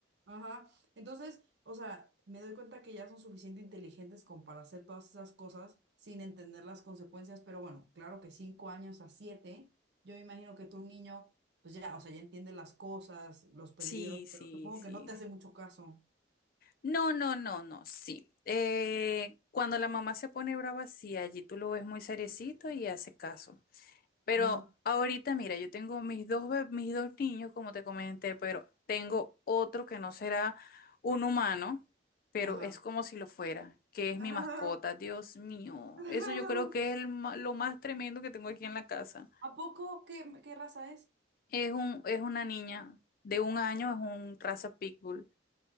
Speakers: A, on the right (about 65°); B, on the left (about 50°).
A: Ajá. Entonces, o sea, me doy cuenta que ya son suficiente inteligentes como para hacer todas esas cosas sin entender las consecuencias, pero bueno, claro que cinco años a siete, yo me imagino que tu niño, pues ya, o sea, ya entiende las cosas, los peligros,
B: Sí, sí,
A: pero supongo
B: sí,
A: que no te
B: sí.
A: hace mucho caso.
B: No, no, no, no, sí. Eh, cuando la mamá se pone brava, sí, allí tú lo ves muy seriecito y hace caso. Pero
A: Ujú.
B: ahorita, mira, yo tengo mis dos, be- mis dos niños, como te comenté, pero tengo otro que no será un humano, pero
A: Ajá.
B: es como si lo fuera, que es
A: Ah,
B: mi mascota. Dios mío,
A: <laughs>
B: eso yo creo que es el ma- lo más tremendo que tengo aquí en la casa.
A: ¿A poco qué, qué raza es?
B: Es un, es una niña de un año, es un raza pitbull.